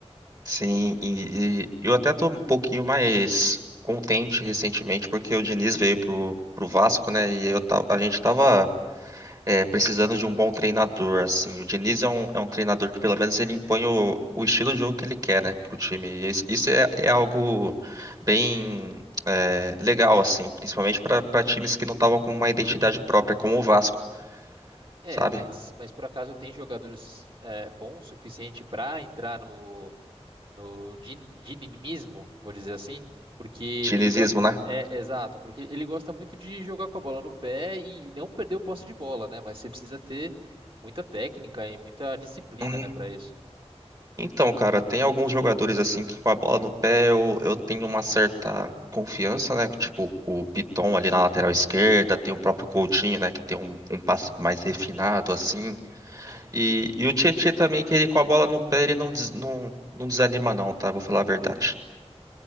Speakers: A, on the right; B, on the right.
A: sim. E, e eu até tô um pouquinho mais contente recentemente porque o Diniz veio pro, pro Vasco, né? E eu ta- a gente tava é, precisando de um bom treinador, assim. O Diniz é um, é um treinador que, pelo menos, ele impõe o, o estilo de jogo que ele quer, né, pro time. E isso isso é, é algo bem é, legal, assim, principalmente para para times que não estavam com uma identidade própria, como o Vasco,
B: É,
A: sabe?
B: mas, mas por acaso tem jogadores é, bons o suficiente para entrar no no din- dinimismo, vou dizer assim, porque
A: Dinizismo,
B: ele gosta,
A: né?
B: é, exato, porque ele gosta muito de jogar com a bola no pé e não perder o posse de bola, né? Mas você precisa ter muita técnica e muita disciplina,
A: Uhum.
B: né, para isso.
A: Então, cara, tem alguns jogadores assim que com a bola no pé eu, eu tenho uma certa confiança, né? Tipo o Piton ali na lateral esquerda, tem o próprio Coutinho, né? Que tem um, um passe mais refinado, assim.
B: Uhum.
A: E, e o Tietê também, que ele com a bola no pé, ele não, des- não, não desanima não, tá? Vou falar a verdade.